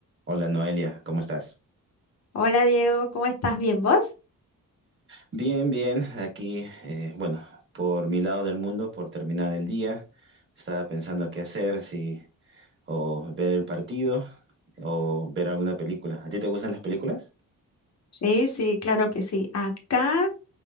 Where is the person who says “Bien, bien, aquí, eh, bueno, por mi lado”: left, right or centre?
Right